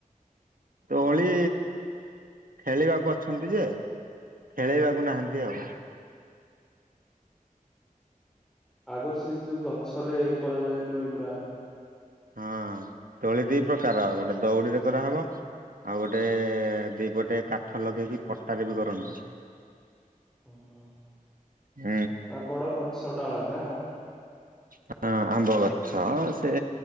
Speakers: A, on the right; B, in the centre.
A: ଦୋଳି ଖେଳିବାକୁ ଅଛନ୍ତି ଯେ ଖେଳେଇବାକୁ ନାହାନ୍ତି ଆଉ
B: ଆଗରୁ ସେଇ ଯୋଉ ଗଛରେ କରାଯାଏ ଦୋଳି ଗୁଡା
A: ହଁ ଦୋଳି ଦି ପ୍ରକାର ଗୋଟେ ଦଉଡିରେ କରାହେବ ଆଉ ଗୋଟେ ଦିପଟେ କାଠ ଲଗେଇକି ପଟାରେ ବି କରନ୍ତି।
B: ଓହୋ
A: ହୁଁ
B: ଆ ବଡ ଗଛ ଡାଳରେ ନା
A: ହଁ ଆମ୍ବ ଗଛ ସେ